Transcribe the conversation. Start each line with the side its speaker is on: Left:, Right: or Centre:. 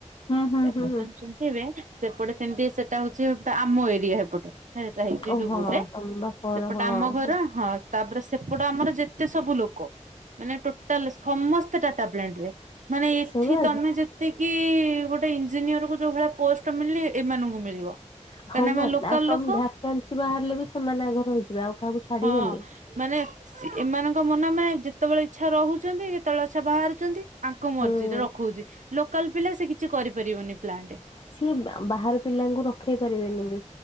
Left: ହୁଁ ହୁଁ
Right: ଟାଟା
Left: ହୁଁ ହୁଁ
Right: ପ୍ଲାଣ୍ଟ ଶୁଣିଥିବେ ସେପଟେ ସେମିତି ସେଟା ହଉଛି ପ୍ରା ଆମ ଏରିଆ ହେପଟେ। ହେଟା ହେଇଛି
Left: ଓ
Right: ଡୁବୁ
Left: ହଁ
Right: ରେ
Left: ତମ ବାପଘର
Right: ସେପଟେ
Left: ହଁ।
Right: ଆମ ଘର ହଁ। ତାପରେ ସେପଟ ଆମର ଯେତେ ସବୁ ଲୋକ ମାନେ ଟୋଟାଲ ସମସ୍ତେ ଟାଟା ପ୍ଲାଣ୍ଟରେ। ମାନେ ଏଠି
Left: ସେଇ ବା
Right: ତମେ ଯେତି କି ଗୋଟେ ଇଞ୍ଜିନିୟର କୁ ଯୋଉ ଭଳିଆ ପୋଷ୍ଟ ମିଳି ଏମାନଙ୍କୁ ମିଳିବ। କାରଣ
Left: ହଁ
Right: ଆମେ
Left: ବା
Right: ଲୋକାଲ
Left: ଆଉ ତମେ
Right: ଲୋକ
Left: ଭାକାସ୍ନି ବାହାରିଲେ ବି ସେମାନେ ଆଗ ରହିଯିବେ ଆଉ କାହାକୁ ଛାଡିବେନି।
Right: ହଁ ମାନେ ସେ ଏମାନଙ୍କ ମନ ମାନେ ଯେତେବେଳେ ଇଚ୍ଛା ରହୁଛନ୍ତି ଯେତେବେଳେ ଇଛା ବାହାରୁଛନ୍ତି। ଆଙ୍କ ମର୍ଜିରେ
Left: ହୁଁ
Right: ରଖଉଛି ଲୋକାଲ ପିଲା ସେ କିଛି କରିପାରିବନି ପ୍ଲାଣ୍ଟେ।
Left: ସିଏ ବା ବାହାର ପିଲାଙ୍କୁ ରଖେଇ ପାରିବେନି ବି